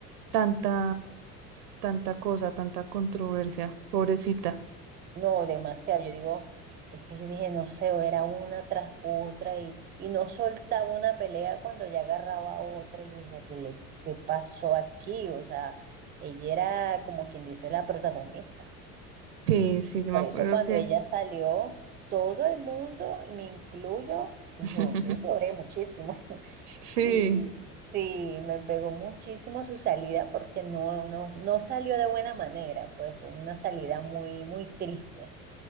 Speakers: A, on the right (about 75°); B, on the right (about 20°).
A: tanta, tanta cosa, tanta controversia, pobrecita.
B: No, demasiado. Yo digo, es que yo dije, no sé, era una tras otra y, y no soltaba una pelea cuando ya agarraba otra. Y yo decía, ¿qué le, qué pasó aquí? O sea, ella era como quien dice la protagonista.
A: Sí, sí, yo
B: Por
A: me acuerdo
B: eso cuando
A: que
B: ella salió, todo el mundo, y me incluyo, yo,
A: <laughs>
B: yo lloré muchísimo. <laughs>
A: sí,
B: Y sí, me pegó muchísimo su salida porque no, no, no salió de buena manera, pues fue una salida muy, muy triste.